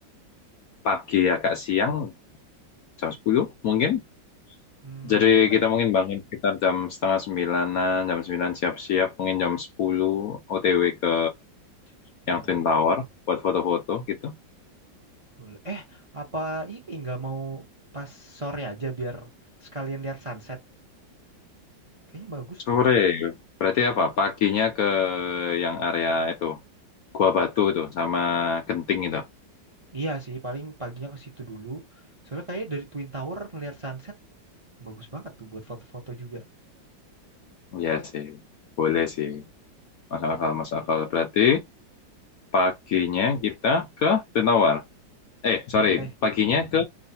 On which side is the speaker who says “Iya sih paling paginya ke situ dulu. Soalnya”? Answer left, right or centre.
Right